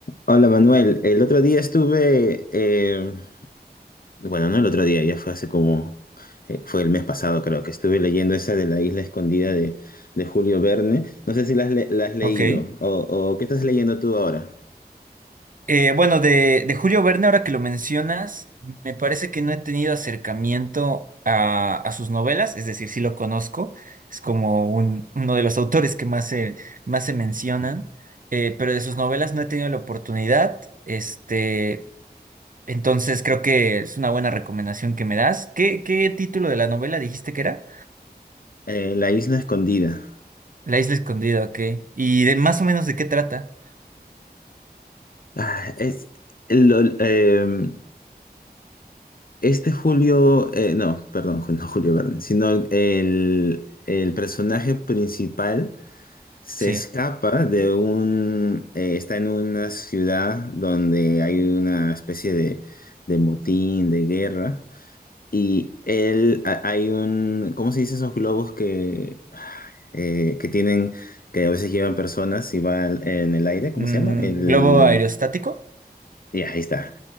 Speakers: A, on the left; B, on the right.
A: Hola Manuel, el otro día estuve, eh, bueno, no el otro día, ya fue hace como, eh, fue el mes pasado creo que estuve leyendo esa de la isla escondida de, de Julio Verne. No sé si la has, le- la has leído
B: Ok.
A: o, o qué estás leyendo tú ahora.
B: Eh, bueno, de, de Julio Verne, ahora que lo mencionas, me parece que no he tenido acercamiento a, a sus novelas, es decir, sí lo conozco, es como un, uno de los autores que más se, más se mencionan, eh, pero de sus novelas no he tenido la oportunidad, este, entonces creo que es una buena recomendación que me das. ¿Qué, qué título de la novela dijiste que era?
A: Eh, la isla escondida.
B: La isla escondida, ok. ¿Y de más o menos de qué trata?
A: Ah, es, lo- eh, este Julio, eh, no, perdón, no Julio Verne, sino el, el personaje principal. Se
B: Sí.
A: escapa de un... eh, está en una ciudad donde hay una especie de, de motín, de guerra. Y él, ha- hay un... ¿Cómo se dice esos globos que, eh, que tienen, que a veces llevan personas y van en el aire? ¿Cómo
B: Mm,
A: se llama? El...
B: ¿globo aerostático?
A: Ya, ahí está.